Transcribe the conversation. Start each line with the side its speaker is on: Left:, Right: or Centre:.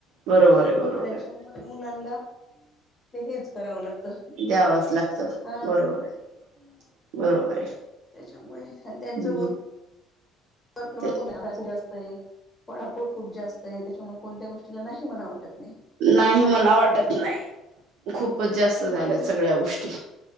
Right: बरोबर आहे बरोबर
Left: त्याच्यामुळे
Right: आहे.
Left: मुलांना ते हेच करावं लागतं.
Right: द्यावच लागतं
Left: हा
Right: बरोबर आहे बरोबर आहे.
Left: त्याच्यामुळे आणि त्यांच
Right: हं,
Left: व वर्कलोड
Right: ते
Left: <inaudible> अभ्यास जास्त आहे. पळापळ खूप जास्त आहे त्याच्यामुळे कोणत्या गोष्टीला नाही म्हणा वाटत नाही.
Right: नाही म्हणा वाटत नाही खूपच जास्त
Left: हम्म
Right: झाल्या सगळ्या गोष्टी.